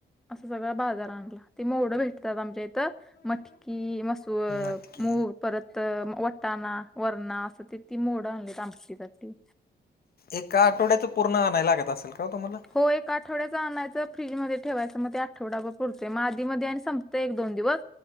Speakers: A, in the centre; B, on the left.
A: असं सगळं बाजार आणला ते मोवढं भेटतात आमच्या इथं मटकी मस. सूर
B: नक्की
A: मूग परत तर वटाणा वरणा असं त ती मोड आणल आमटीसाठी.
B: एका आठवड्याच पूर्ण नाही लागत असेल का ओ तुम्हाला?
A: हो एक आठवड्याचं आणायचं फ्रीजमध्ये ठेवायचं मग ते आठवडा बर पुरते मग आधीमध्ये आणि संपतं एक दोन दिवस.